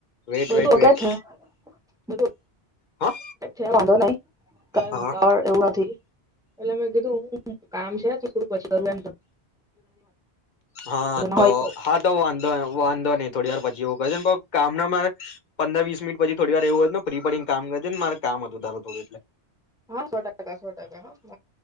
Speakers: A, on the left; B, in the centre.
A: વેટ
B: બધું
A: વેટ
B: ઓ
A: વેટ
B: કે છેું બધુ
A: હા
B: છે વાંધો નહી કઈ
A: હા
B: ઉતાળ એવું નથી એટલે મેં કીધું હું કામ છે થોડું પછી કરું એમ
A: હા
B: તમને હોય
A: તો, હા તો વાંધો વાંધો નહી થોડી વાર પછી હું મિનિમમ કામ ના મારે પંદર વીસ મિનિટ પછી થોડી વાર એવું હોત ને ફ્રી પડીને કામ <unintelligible> મારે કામ હતું તારું થોડું એટલે.
B: હા સો ટકા સો ટકા